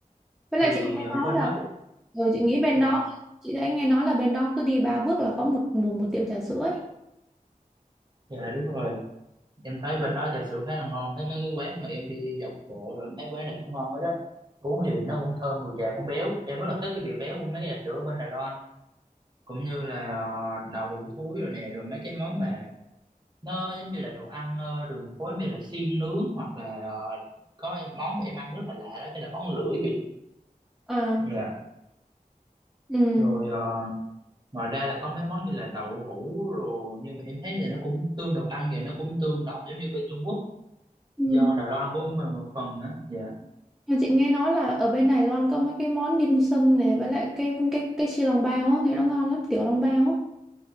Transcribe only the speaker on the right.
thì
ở
bên
đó thì
dạ
dạ đúng rồi em thấy bên đó trà sữa khá là ngon thấy mấy cái quán mà em đi dọc bộ rồi mấy quán này cũng ngon hết á uống thì nó cũng thơm mùi trà cũng béo em rất là thích cái vị béo của mấy cái trà sữa ở bên Đài Loan cũng như là ờ, đậu hũ thúi rồi nè rồi mấy cái món mà nó giống như là đồ ăn ờ, đường phố như là xiên nướng hoặc là ờ, có món mà em ăn rất là lạ đó chính là món lưỡi vịt
dạ
rồi ờ, ngoài ra là có mấy món như là đậu hũ rồi nhưng mà em thấy là nó cũng tương đồ ăn thì nó cũng tương đồng giống như bên Trung Quốc
do Đài Loan cũng một một phần đó dạ